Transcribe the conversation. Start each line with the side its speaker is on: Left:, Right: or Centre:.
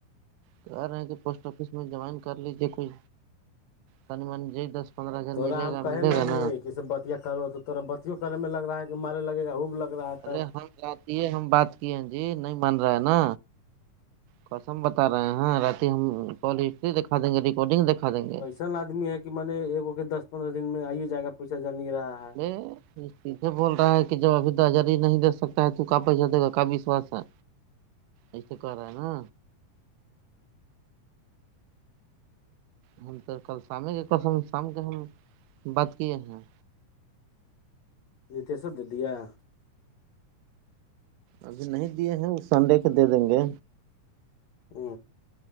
Right: کہ رہے ہیں کہ پوسٹ آفس میں جوائن کر لیجیے کوئی سانیمان دس پندرہ ہزار
Left: تا
Right: ملے
Left: ہم
Right: گا
Left: کہے
Right: ملے
Left: نہیں
Right: گا نا
Left: کہسی بتیا کرو تو تورا بتوں کرنے میں لگ رہا ہے کہ مارے لگے گا وہب لگ رہا ہے
Right: ارے
Left: تب
Right: ہم جتی ہے ہم بات کیے جی نہیں مان رہا ہے نا کسم بتا رہے ہیں ہاں رات ہم کال ہسٹری دکھا دیں گے ریکارڈنگ دکھا دیں گے
Left: اسن آدمی ہے کہ مے اگو کے دس پندرہ دن میں آے جا پیسا جان رہا ہے
Right: سیدھے بول رہا ہے کہ جب ابھی درجاری نہیں دے سکتا ہے تو کا پیسہ دے گا کا وشواس ہے ایسے کر رہا ہے نا ہم تو کل شام کے کس ہم شام کے ہم بات کیے ہیں
Left: نیتیشو دیدیا <unintelligible>
Right: ابھی نہیں دیے ہیں وہ سنڈے کے دے دیں گے
Left: ا ہ